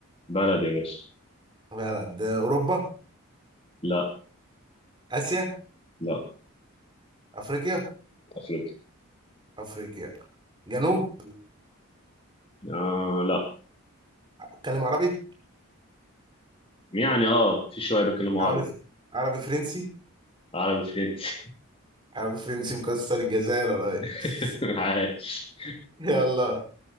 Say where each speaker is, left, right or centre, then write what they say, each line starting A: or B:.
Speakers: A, on the left; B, on the right.
A: بلد يا باشا
B: بلد اوروبا
A: لا
B: اسيا
A: لا
B: افريقيا
A: أفريقيا
B: افريقيا جنوب
A: آه لا
B: اتكلم عربي
A: يعني اه في شوية بيتكلموا
B: عربي
A: عربي
B: عربي فرنسي
A: عربي فرنسي
B: عربي فرنسي مكسر الجزائر يا ريس
A: <laughs> عايش
B: <laughs> يلا